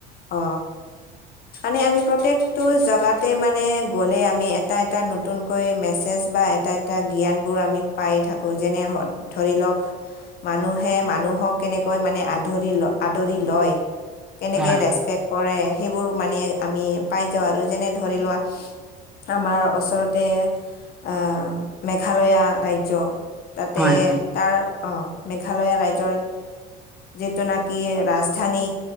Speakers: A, on the left; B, in the centre.
A: অ। মানে আমি প্ৰত্যয়েকটো জগাতে মানে গ'লে আমি এটা এটা নতুন কৈ মেছেজ বা এটা এটা জ্ঞান বোৰ আমি পাই থাকো যেনে ধৰি লওক মানুহে মানুহক কেনেকৈ মানে আধৰি ল আদৰি লয়। কেনেকে
B: হয়
A: ৰেচপেক্ট কৰে সেইবোৰ মানে আমি পাই যাওঁ আৰু যেনে ধৰি লোৱা। আমাৰ ওচৰতে আ মেঘালয়া ৰাজ্য তাতে।
B: হয় হয়
A: তাৰ অঁ মেঘালয়া ৰাইজৰ যিটো নাকি ৰাজধানী